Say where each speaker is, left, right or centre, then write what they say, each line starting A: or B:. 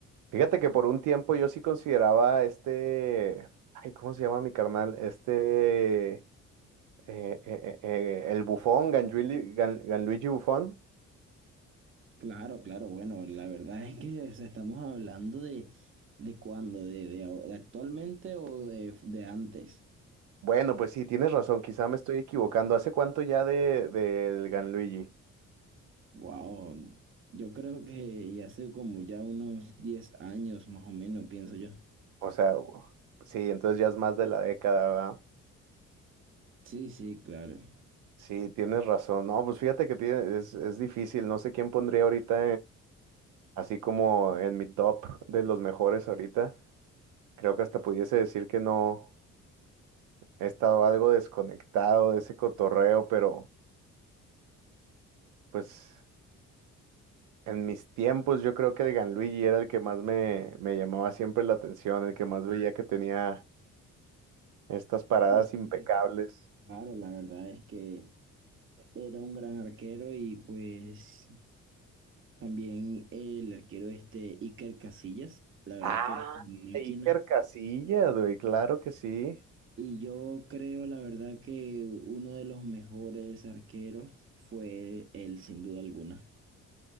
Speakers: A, on the right; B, on the right.
A: Fíjate que por un tiempo yo sí consideraba a este, ay, ¿cómo se llama mi carnal? Este, eh, eh, eh, eh, el Bufón, Ganluigi, Gan- Ganluigi Bufón.
B: Claro, claro, bueno, la verdad es que o sea, estamos hablando de, de cuándo, de, de, ahora- de actualmente o de, de antes.
A: Bueno, pues sí, tienes razón, quizá me estoy equivocando. ¿Hace cuánto ya de, del Ganluigi?
B: Wow, yo creo que ya hace como ya unos 10 años más o menos, pienso yo.
A: O sea, u- sí, entonces ya es más de la década, ¿verdad?
B: Sí, sí, claro.
A: Sí, tienes razón. No, pues fíjate que tiene- es, es difícil. No sé quién pondría ahorita así como en mi top de los mejores ahorita, creo que hasta pudiese decir que no he estado algo desconectado de ese cotorreo, pero pues en mis tiempos yo creo que de Ganluigi era el que más me, me llamaba siempre la atención, el que más veía que tenía estas paradas
B: Sí,
A: impecables.
B: sí, Claro, la verdad es que era un gran arquero y pues también el arquero este Iker Casillas, la verdad
A: Ah,
B: que era una
A: Iker
B: máquina.
A: Casillas, güey, claro que sí.
B: Y yo creo, la verdad, que uno de los mejores arqueros fue él, sin duda alguna.